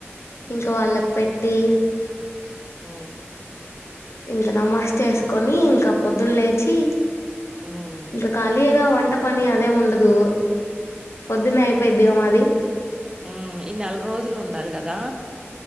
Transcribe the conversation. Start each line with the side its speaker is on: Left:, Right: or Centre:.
Left: ఇంక వాళ్ళకు పెట్టి
Right: హ
Left: ఇంక నమస్ చేసుకొని ఇంకా పొద్దున్న లేచి
Right: హ్మ్
Left: ఇంకా కలిగా వంట పని అదే ఉండదు దో పొద్దున అయిపోయి అ మాది
Right: ఉ ఈ నెల రోజులు ఉండాలి కదా